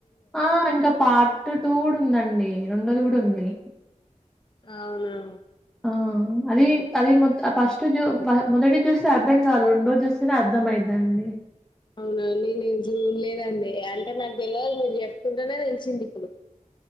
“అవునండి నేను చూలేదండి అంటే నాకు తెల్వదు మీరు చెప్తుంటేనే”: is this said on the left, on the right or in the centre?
Left